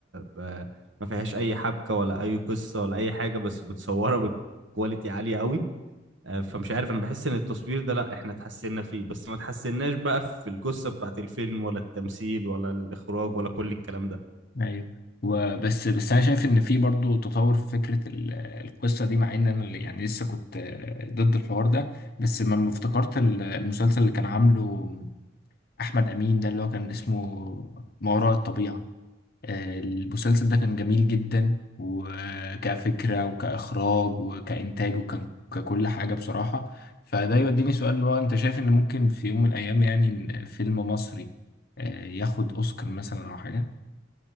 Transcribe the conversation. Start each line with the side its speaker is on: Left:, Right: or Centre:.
Right: ب... ما فيهاش أي حبكة ولا أي قصة ولا أي حاجة بس متصورة بكواليتي عالية أوي آه، فمش عارف انا بحس ان التصوير ده لا احنا اتحسنا فيه بس ما اتحسناش بقى في القصة بتاعت الفيلم ولا التمثيل ولا الاخراج ولا كل الكلام ده
Left: أيوة وبس بس أنا شايف إن في برضو تطور في فكرة ال- القصة دي مع إن أنا يعني لسه كنت آه، ضد الحوار ده بس لما افتكرت ال- المسلسل اللي كان عامله أحمد أمين ده اللي هو كان اسمه ما وراء الطبيعة آه، المسلسل ده كان جميل جدا وكفكرة وكإخراج وكإنتاج وككل حاجة بصراحة فده يوديني سؤال اللي هو أنت شايف إن ممكن في يوم من الأيام يعني إن فيلم مصري آه، ياخد أوسكار مثلا أو حاجة